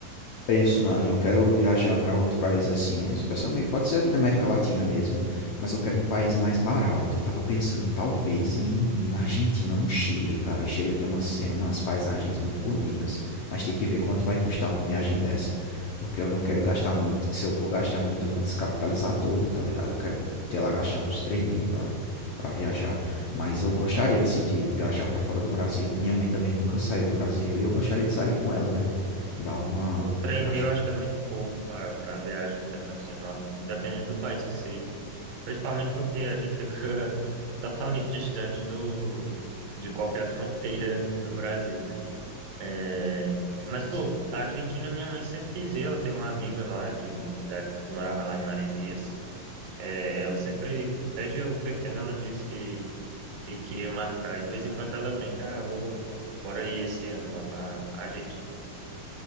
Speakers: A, on the left; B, on the right.
A: Penso, mano, eu quero viajar pra outro país assim, é, especialmente pode ser aqui da América Latina mesmo, mas eu quero um país mais barato. Eu tava pensando talvez em ir na Argentina ou no Chile, cara. O Chile tem umas, tem umas paisagens muito bonitas, mas tem que ver quanto vai custar uma viagem dessa, porque eu não quero gastar muito, que se eu for gastar muito eu vou me descapitalizar todo, tá ligado? Eu quero ter lá gastar uns 3 mil pra, pra viajar, mas eu gostaria assim de viajar pra fora do Brasil. Minha mãe também nunca saiu do Brasil e eu gostaria de sair com ela, né? Dar uma
B: Pô,
A: uma
B: 3
A: viajada,
B: mil acho que é muito pouco pra pra viagem internacional, dependendo do país que seja. Principalmente porque a gente fica <laughs> totalmente distante do, de qualquer fronteira do Brasil, né? É, Mas,
A: beleza.
B: pô, a Argentina, minha mãe sempre dizia, ela tem uma amiga lá de, da época que morava lá em Marizias. É, ela sempre, desde eu pequeno, ela disse que que queria marcar. E de vez em quando ela brinca, ah, vou, bora ir esse ano lá pra Argentina.